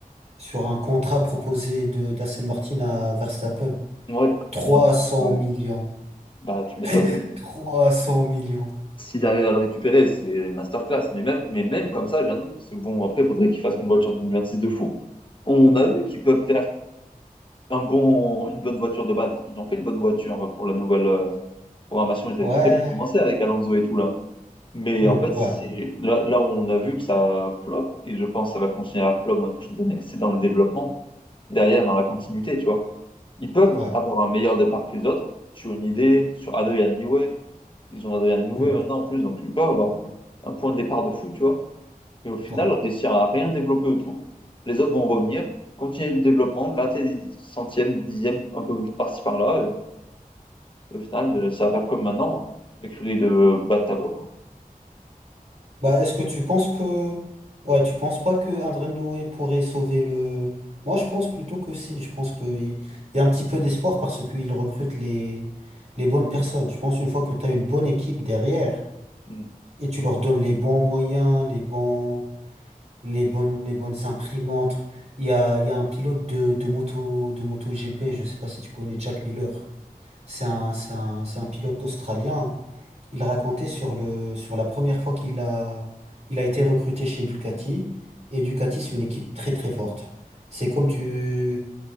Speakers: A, on the right; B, on the left.
A: sur un contrat proposé de d'Aston Martin à Verstappen.
B: Ouais,
A: 300
B: j'en- ouais.
A: millions.
B: bah, tu m'étonnes.
A: <laughs> 300 millions.
B: S'ils arrivent à récupérer, c'est masterclass. Mais même, mais même comme ça, j'ai un doute, parce que bon, après, il faudrait qu'ils fassent une voiture 2026 de fou. On a vu qu'ils peuvent faire un bon, une bonne voiture de base. Ils ont fait une bonne voiture pour la nouvelle euh, programmation. Ils
A: Ouais.
B: avaient très bien commencé avec Alonso et tout là. Mais
A: Hmm,
B: en fait, c'est
A: ouais,
B: là, là où on a vu que ça flop, et je pense que ça va continuer à flop dans les prochaines années, c'est dans le développement, derrière, dans la continuité, tu vois. Ils peuvent
A: ouais.
B: avoir un meilleur départ que les autres sur une idée, sur Adrian Newey, ils ont Adrien Noué
A: Hmm,
B: maintenant en plus, donc ils peuvent avoir un point de départ de fou, tu vois. Mais au final,
A: ouais.
B: réussir à rien développer autour. Les autres vont revenir, continuer le développement, gratter des centièmes, des dixièmes, un peu par-ci par-là. Et au final, euh, ça va faire comme maintenant, mais Mercury de bas de tableau, quoi.
A: Bah, est-ce que tu penses que... Ouais, tu penses pas que André Noé pourrait sauver le... Moi, je pense plutôt que si. Je pense qu'il il y a un petit peu d'espoir parce qu'il recrute les... les bonnes personnes. Je pense une fois que tu as une bonne équipe derrière
B: Mm.
A: et tu leur donnes les bons moyens, les bons... les bonnes... les bonnes imprimantes. Il y a... il y a un pilote de, de moto de moto GP, je sais pas si tu connais Jack Miller. C'est un, c'est un... c'est un pilote australien. Il racontait sur le, sur la première fois qu'il a, il a été recruté chez Ducati. Et Ducati, c'est une équipe très très forte. C'est comme tu,